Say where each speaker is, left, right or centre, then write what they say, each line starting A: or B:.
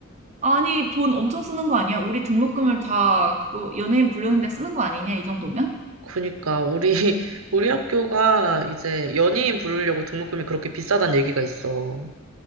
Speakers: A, on the right; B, on the right.
A: 아니, 돈 엄청 쓰는 거 아니야? 우리 등록금을 다 그거 연예인 부르는데 쓰는 거 아니냐? 이 정도면?
B: 그니까, 우리, <laughs> 우리 학교가 이제 연예인 부르려고 등록금이 그렇게 비싸단 얘기가 있어.